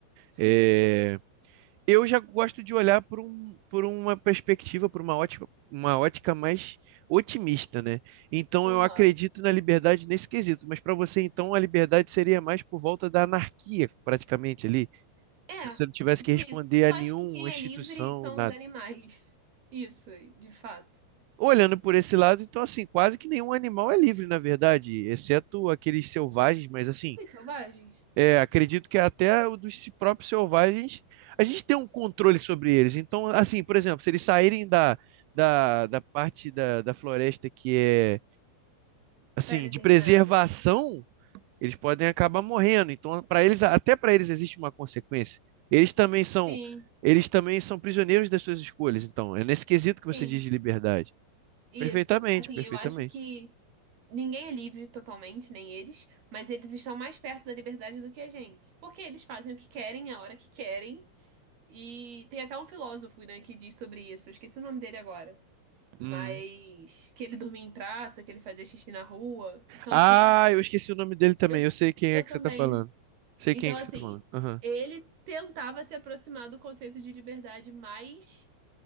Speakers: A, on the right; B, on the right.
A: sim.
B: É, eu já gosto de olhar por, um, por uma perspectiva, por uma ótica, uma ótica mais otimista, né? Então
A: Aham.
B: eu acredito na liberdade nesse quesito, mas para você então a liberdade seria mais por volta da anarquia, praticamente ali,
A: É,
B: se você não tivesse
A: tipo
B: que responder
A: isso. Eu
B: a
A: acho
B: nenhuma
A: que quem
B: instituição,
A: é livre são
B: nada.
A: os animais. <laughs> Isso, de fato.
B: Olhando por esse lado, então assim, quase que nenhum animal é livre, na verdade, exceto aqueles selvagens, mas assim,
A: Os selvagens,
B: É, acredito que até o dos si, próprios selvagens, a gente tem um controle sobre eles. Então, assim, por exemplo, se eles saírem da, da, da parte da, da floresta que é, assim,
A: pré-determinada.
B: de preservação, eles podem acabar morrendo. Então, para eles, até para eles existe uma consequência. Eles também são,
A: Sim,
B: eles também são prisioneiros das suas escolhas. Então, é nesse quesito que você
A: sim,
B: diz de liberdade.
A: isso.
B: Perfeitamente,
A: Assim,
B: perfeitamente.
A: eu acho que ninguém é livre totalmente, nem eles, mas eles estão mais perto da liberdade do que a gente. Porque eles fazem o que querem, a hora que querem. E tem até um filósofo, né, que diz sobre isso. Eu esqueci o nome dele agora. Mas
B: Hum.
A: que ele dormia em praça, que ele fazia xixi na rua. Então,
B: Ah,
A: assim,
B: eu esqueci o nome dele também.
A: eu,
B: Eu sei quem
A: eu
B: é que
A: também.
B: você está falando. Sei
A: Então,
B: quem é que
A: assim,
B: você está falando. Aham.
A: ele tentava se aproximar do conceito de liberdade mais.